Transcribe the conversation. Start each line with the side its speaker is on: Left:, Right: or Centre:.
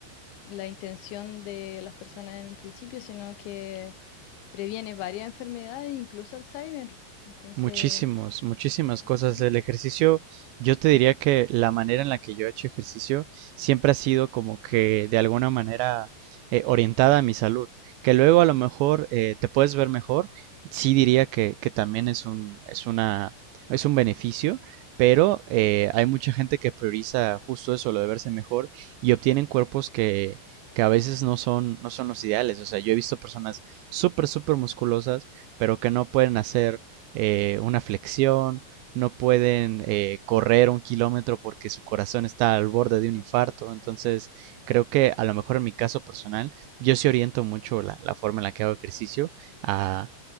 Left: la intención de las personas en un principio, sino que previene varias enfermedades, incluso Alzheimer. Entonces...
Right: Muchísimos, muchísimas cosas.
Left: Ujú.
Right: El ejercicio, yo te diría que la manera en la que yo he hecho ejercicio siempre ha sido como que de alguna manera eh, orientada a mi salud. Que luego a lo mejor eh, te puedes ver mejor, sí diría que, que también es un, es una, es un beneficio, pero eh, hay mucha gente que prioriza justo eso, lo de verse mejor, y obtienen cuerpos que, que a veces no son, no son los ideales. O sea, yo he visto personas súper, súper musculosas, pero que no pueden hacer eh, una flexión, no pueden eh, correr un kilómetro porque su corazón está al borde
Left: Ujú.
Right: de un infarto. Entonces, creo que a lo mejor en mi caso personal, yo sí oriento mucho la, la forma en la que hago ejercicio a,